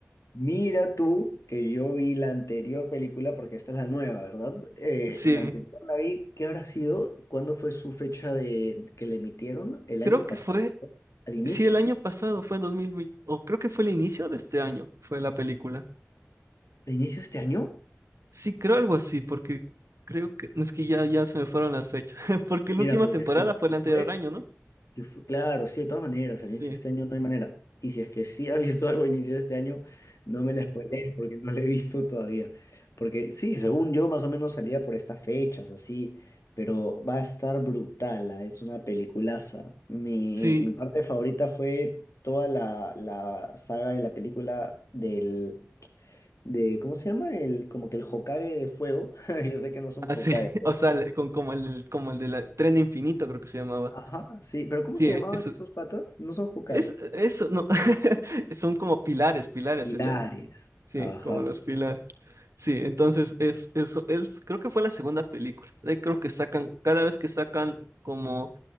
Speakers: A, on the left; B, on the right.
A: Mira tú que yo vi la anterior película, porque esta es la nueva, ¿verdad? Eh,
B: Sí,
A: la anterior la vi, ¿qué habrá sido? ¿Cuándo fue su fecha de que le emitieron? El
B: creo
A: año pasado,
B: que fue,
A: al inicio.
B: sí, el año pasado, fue en 2020, o creo que fue el inicio de este año, fue la película.
A: ¿Al inicio de este año?
B: Sí, creo algo así, porque creo que, es que ya, ya se me fueron las fechas, <laughs> porque
A: Mira,
B: la última
A: porque
B: temporada
A: si,
B: fue
A: si
B: el
A: fue
B: anterior año, ¿no?
A: Sí fue- claro, sí, de todas maneras, al
B: Sí,
A: inicio de este año no hay manera. Y si es que sí ha visto <laughs> algo a inicio de este año, no me la spoilees porque no lo he visto todavía. Porque sí, según yo, más o menos salía por estas fechas, así, pero va a estar brutal, ah, es una peliculaza. Mi,
B: sí,
A: mi parte favorita fue toda la, la saga de la película del, de, ¿cómo se llama? El, como que el Hokage de fuego. <laughs> Yo sé que no son
B: así,
A: Hokage.
B: <laughs> o sea, le- con, como el, como el de la Tren Infinito, creo que se llamaba.
A: Ajá, sí, pero ¿cómo
B: Sí,
A: se llamaban
B: eso.
A: esos patas? No son Hokages.
B: Es, eso, no. <laughs> Son como pilares, pilares
A: Pilares.
B: se llaman. Sí,
A: Ajá.
B: como los pilares. Sí, entonces es eso. Es, creo que fue la segunda película. Eh, Creo que sacan, cada vez que sacan como,